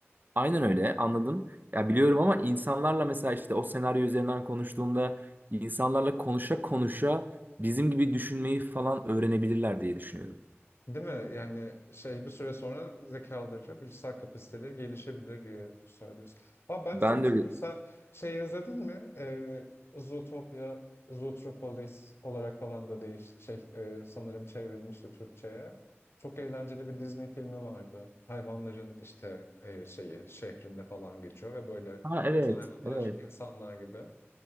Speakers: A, on the right; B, on the left.
A: Aynen öyle anladım. Ya biliyorum ama insanlarla mesela işte o senaryo üzerinden konuştuğumda insanlarla konuşa konuşa bizim gibi düşünmeyi falan öğrenebilirler diye düşünüyorum.
B: Değil mi? Yani şey bir süre sonra zekaları, bilişsel kapasiteleri gelişebilir diye söylüyorsun. Ama bence
A: Ben
B: çok güzel
A: de öyle.
B: olur. Sen şey izledin mi? Ee, Zootopia, Zootropolis olarak falan da değiş şey e, sanırım çevrilmişti Türkçe'ye. Çok eğlenceli bir Disney filmi vardı. Hayvanların işte e, şeyi şehrinde falan geçiyor ve böyle
A: Ha evet,
B: bütün hayvanlar
A: evet.
B: insanlar gibi.